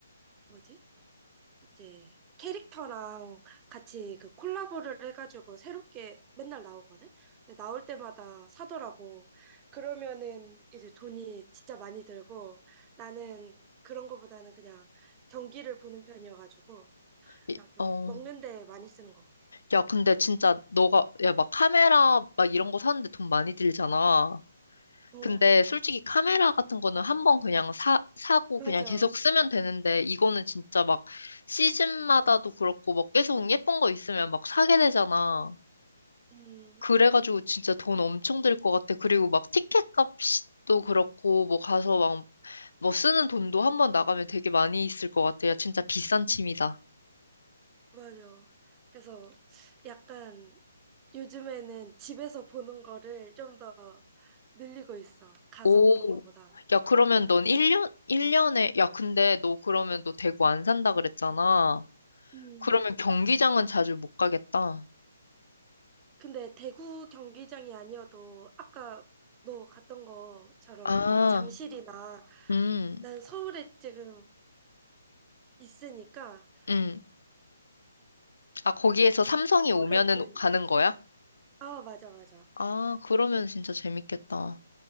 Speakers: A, on the right; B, on the left.
A: 뭐지? 이제 캐릭터랑 같이 그 콜라보를 해가지고 새롭게 맨날 나오거든? 근데 나올 때마다 사더라고. 그러면은 이제 돈이 진짜 많이 들고 나는 그런 거보다는 그냥 경기를 보는 편이어가지고
B: 이-
A: 그냥 좀
B: 어,
A: 먹는 데 많이 쓰는 것 같아.
B: 야, 근데 진짜 너가, 야, 막 카메라 막 이런 거 사는데 돈 많이 들잖아.
A: 어,
B: 근데 솔직히 카메라 같은 거는 한 번 그냥 사, 사고
A: 맞아.
B: 그냥 계속 쓰면 되는데 이거는 진짜 막 시즌마다도 그렇고 막 계속 예쁜 거 있으면 막 사게 되잖아.
A: 음.
B: 그래가지고 진짜 돈 엄청 들 것 같아. 그리고 막 티켓 값도 그렇고 뭐 가서 막 뭐 쓰는 돈도 한 번 나가면 되게 많이 있을 것 같아. 야, 진짜 비싼 취미다.
A: 맞아. 그래서 약간 요즘에는 집에서 보는 거를 좀 더 늘리고 있어. 가서
B: 오,
A: 보는 거보다.
B: 야, 그러면 넌 1년, 일 년에 야, 근데 너 그러면 너 대구 안 산다 그랬잖아.
A: 음.
B: 그러면 경기장은 자주 못 가겠다.
A: 근데 대구 경기장이 아니어도 아까 너 갔던 것처럼
B: 아,
A: 그 잠실이나
B: 음,
A: 난 서울에 지금 있으니까
B: 음. 아, 거기에서 삼성이
A: 서울에
B: 오면은
A: 있는
B: 가는 거야?
A: 아 맞아 맞아.
B: 아, 그러면 진짜 재밌겠다.